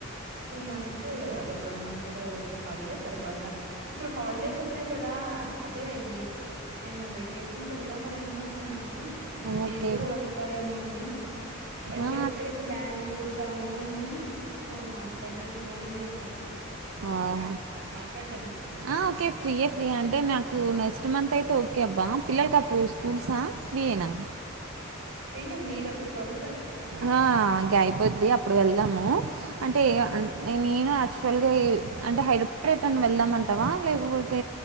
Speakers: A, on the right; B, on the right.
A: టూ మంత్స్ అదే వన్ మంత్ హాలిడే తర్వాత ఇప్పుడు హాలిడేస్ ఉన్నాయి కదా అదే అయ్యి మేము వెకేషన్కి వెళ్దామ అని అనుకుంటున్నాను. మీరు
B: ఓకే
A: కూడా వస్తారేమో అని అయితే
B: ఆ
A: ఎక్కడికి ప్లాన్ చేద్దాము అని ఓ మాట్లాడడానికి ఫోన్ చేస్
B: ఆహ
A: మాట్లాడడానికి నీకు
B: ఆ ఓకే ఫ్రీయే ఫ్రీయే అంటే నాకు నెస్ ట్ మంత్ అయితే ఓకే అబ్బా పిల్లలకి అప్పుడు స్కూల్సా ఫ్రీ ఏనా
A: పియె మీది ఎప్పటికి అవుత్
B: ఆ ఇంకా అయిపోద్ది అప్పుడు వెళ్దాము అంటేే ఇగ ఆ నేను యాక్చువల్గా ఏ అంటే హైదరా ఇప్పుడు ఏటన్నా వెళ్దామంటావా లేకపోతే